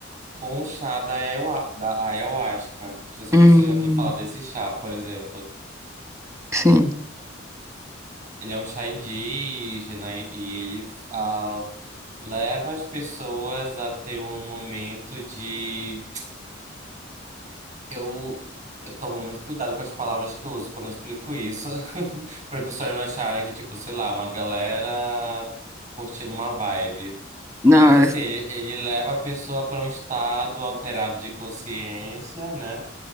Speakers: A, on the right; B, on the right.
A: com o chá da ayahu- da ayahuasca. Não sei se
B: Hum,
A: você já ouviu falar desse chá, por exemplo.
B: sim.
A: Ele é um chá indígena e, e ele ah, leva as pessoas a ter um momento de. Eu, eu tomo muito cuidado com as palavras que eu uso quando eu explico isso, <laughs> para as pessoas não acharem que, tipo, sei lá, uma galera curtindo uma vibe.
B: Não,
A: Mas assim,
B: é-
A: ele, ele leva a pessoa para um estado alterado de consciência, né?